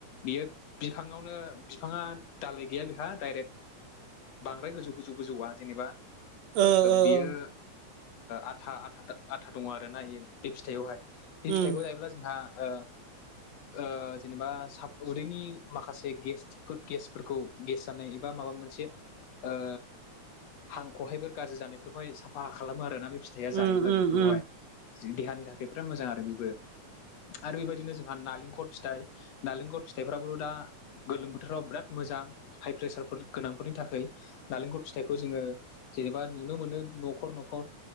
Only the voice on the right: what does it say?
ओ ओ
ओ
उम
उम
उम
उम